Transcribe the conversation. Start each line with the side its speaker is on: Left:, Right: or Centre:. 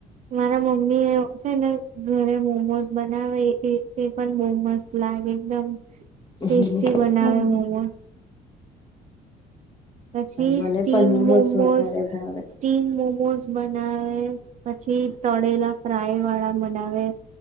Right: મારા મમ્મી એ છે ને ઘરે મોમોસ બનાવે પણ મોમોઝ લાગે એકદમ
Left: હા
Right: ટેસ્ટી બનાવે મને પછી
Left: મને
Right: સ્ટીમ
Left: પણ મોમોસ
Right: મોમોઝ
Left: વધારે ભાવે
Right: સ્ટીમ મોમોઝ બનાવે પછી તળેલા ફ્રાય વાળા બનાવે